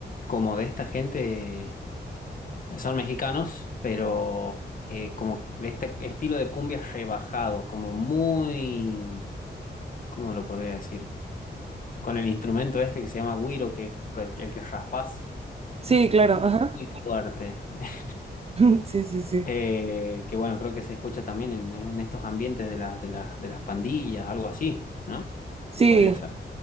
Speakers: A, on the left (about 50°); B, on the right (about 35°).
A: como de esta gente, eh, son mexicanos, pero eh, como de este estilo de cumbia rebajado, como muy, ¿cómo lo podría decir? Con el instrumento este que se llama güiro, que es el, el que raspás,
B: Sí, claro, ajá.
A: muy fuerte. <laughs>
B: <laughs> Sí, sí, sí.
A: Eh, que bueno, creo que se escucha también en, en estos ambientes de las, de las, de las pandillas, algo así, ¿no?
B: Sí,
A: Podría ser.